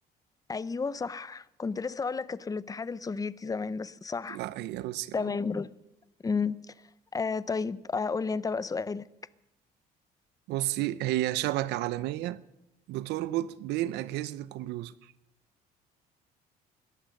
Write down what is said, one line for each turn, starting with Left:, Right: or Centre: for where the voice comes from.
Left: أيوة صح كنت لسه أقول لك كانت في الاتحاد السوفيتي زمان بس صح
Right: لا هي روسيا
Left: تمام
Right: آه.
Left: روسيا مم. آه طيب آه قول لي أنت بقى سؤالك
Right: بصي هي شبكة عالمية بتربط بين أجهزة الكمبيوتر